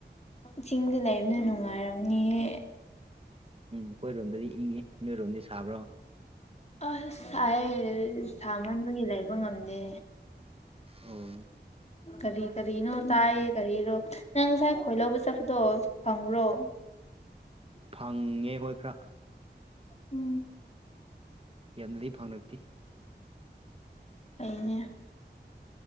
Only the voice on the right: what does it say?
ꯎꯝ ꯑꯈꯣꯏꯔꯣꯝꯗꯗꯤ ꯏꯪꯉꯤ ꯅꯣꯏꯔꯣꯝꯗꯤ ꯁꯥꯕ꯭ꯔꯣ
ꯑꯣ
ꯐꯪꯉꯦ ꯍꯣꯏ ꯈꯔ
ꯌꯥꯝꯅꯗꯤ ꯐꯪꯔꯛꯇꯦ꯫